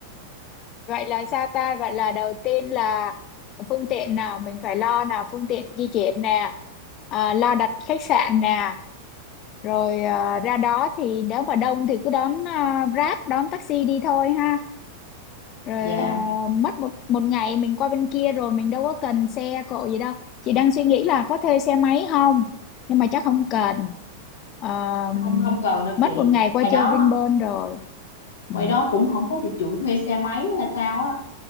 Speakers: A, on the left (about 30°); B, on the left (about 85°).
A: vậy là sao ta vậy là đầu tiên là phương tiện nào mình phải lo nào phương tiện di chuyển nè à, lo đặt khách sạn nè rồi à, ra đó thì nếu mà đông thì cứ đón à, Grab đón taxi đi thôi ha rồi
B: dạ
A: à, mất một một ngày mình qua bên kia rồi mình đâu có cần xe cộ gì đâu chị đang suy nghĩ là có thuê xe máy không nhưng mà chắc không cần Ờ,
B: không không cần đâu
A: mất
B: chị
A: một ngày qua
B: ngoài đó
A: chơi Vinpearl rồi ừ.
B: ngoài đó cũng không có dịch vụ thuê xe máy nữa hay sao á